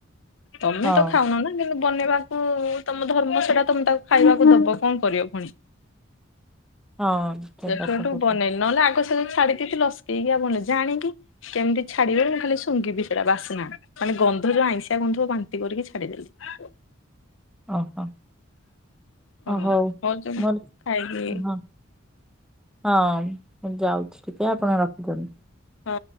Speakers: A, on the left; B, in the centre.
A: ତମେ
B: ହଉ।
A: ତ ଖାଉନ ନା କିନ୍ତୁ ବନେଇବାକୁ ତମ ଧର୍ମ ସେଟା ତମେ ତାକୁ ଖାଇବାକୁ ଦବ କଣ କରିବ ପୁଣି
B: ହଁ ଠିକ
A: ସେଠୁଠୁ
B: କଥା କହୁଛ
A: ବନେଇି ନହେଲେ ଆଗ ସେ ଯୋଉ ଛାଡିକି ଥିଲ ଲସକେଇକିଉ ବନେଇଜା ଆଣିକି କେମିତି ଛାଡିବେ ବୋଲି ମୁଁ ଖାଲି ଶୁଙ୍ଘିବି ସେଇଟା ବାସନା। ଖାଲି ଗନ୍ଧ ଯେ ଆଇଁଷିଆ ଗନ୍ଧ ବାନ୍ତି କରିକି ଛାଡିଦେଲି।
B: ଓହୋ ଓ
A: ହଁ
B: ହଉ
A: ଜମା
B: ମଲତ
A: ଖାଇକି
B: ହଁ ହଁ ମୁଁ ଯାଉଛି ଟିକେ ଆପଣ ରଖିଦିଅନ୍ତୁ।
A: ହଁ